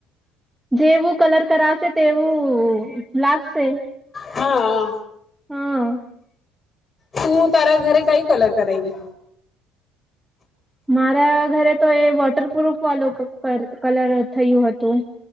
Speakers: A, in the centre; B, on the left.
A: જેવું કલર કરાવશે તેવું લાગશે
B: હા
A: હમ
B: તું તારા ઘરે કઈ કલર કરાવવી
A: મારા ઘરે તો એ વોટરપ્રુફ વાળું કલર થયું હતું